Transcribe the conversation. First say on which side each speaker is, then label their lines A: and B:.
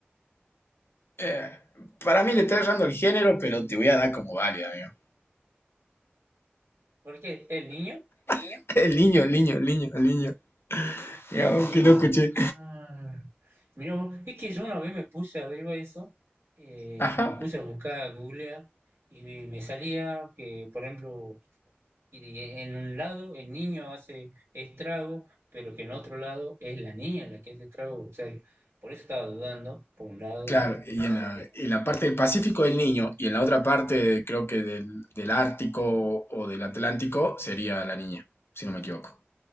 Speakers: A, on the left (about 70°); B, on the right (about 80°).
A: Eh, para mí le está errando el género, pero te voy a dar como válida, amigo.
B: ¿Por qué? El niño
A: <laughs> El niño, el niño, el niño, el niño.
B: El
A: Mira, oh,
B: niño.
A: qué loco, che.
B: Ah, mira vos, es que yo una vez me puse a ver eso, eh,
A: Ajá.
B: me puse a buscar, a googlear, y me salía que, por ejemplo, y en un lado el niño hace estrago, pero que en otro lado es la niña la que hace estrago. O sea, por eso estaba dudando, por un lado,
A: Claro,
B: de
A: y en
B: si
A: la,
B: era
A: en la parte
B: niño
A: del
B: o
A: Pacífico
B: niña.
A: del Niño y en la otra parte, creo que del, del Ártico o, o del Atlántico, sería la niña, si no me equivoco.